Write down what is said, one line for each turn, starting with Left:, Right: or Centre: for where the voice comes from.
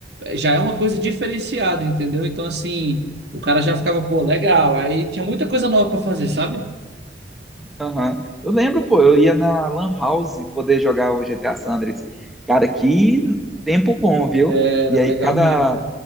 Right: já é uma coisa diferenciada, entendeu? Então, assim, o cara já ficava, pô, legal. Aí tinha muita coisa nova pra fazer, sabe?
Centre: Aham. Eu lembro, pô, eu ia na Lan House poder jogar o GTA San Andreas. Cara, que tempo bom, viu?
Right: Era
Centre: E aí
Right: legal
Centre: cada
Right: mesmo.